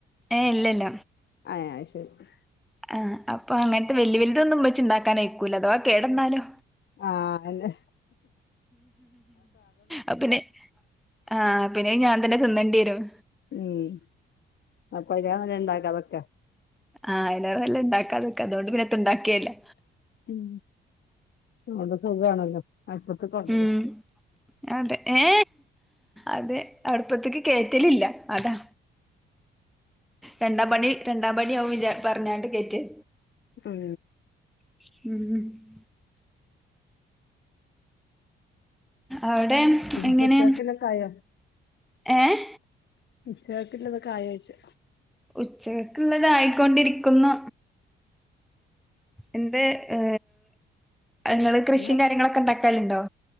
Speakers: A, in the centre; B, on the left.
A: ഏഹ് ഇല്ലല്ല.
B: ആ അഹ് ശരി.
A: ആഹ് അപ്പ അങ്ങനത്തെ വലിയ വലുതൊന്നുമ്മച്ചി ണ്ടാക്കാനയ്ക്കൂല അഥവാ കേടന്നാലോ.
B: ആഹ് അല്ലെ.
A: അ പിന്നെ, ആഹ് പിന്നെ ഞാൻ തന്നെ തിന്നേണ്ടി വരും.
B: ഉം അപ്പൊയി <unintelligible> ഉണ്ടാകാതക്ക.
A: ആഹ് അയിനാറനല്ലത് ഉണ്ടാക്കാതെക്കെ അതുകൊണ്ട് പിന്ന ഉണ്ടാക്കിയല്ലേ
B: ഉം അതോണ്ട് സുഖണല്ലോ അട്പത്ത്കോണ്ടല്ലോ
A: ഉം അതെ ഏ അതെ അടുപ്പത്തേക്ക് കേറ്റലില്ല അതാ രണ്ടാം പണി രണ്ടാം പണിയാവും വിച പറഞ്ഞാണ്ട് കേറ്റിയ
B: ഉം
A: ഉം അവിടെ
B: ഉം
A: എങ്ങനെ
B: ഉച്ചക്കലൊക്കെ ആയോ
A: ഏഹ്
B: ഉച്ചക്ക്ഇള്ളതൊക്കെ ആയിവെച്ച്
A: ഉച്ചകക്കുള്ളതായിക്കൊണ്ടിരിക്കുന്നു എന്തെ ഏ നിങ്ങള് കൃഷിയും
B: ഇന്ന്
A: കാര്യങ്ങളൊക്കെ ഉണ്ടാക്കാലുണ്ടോ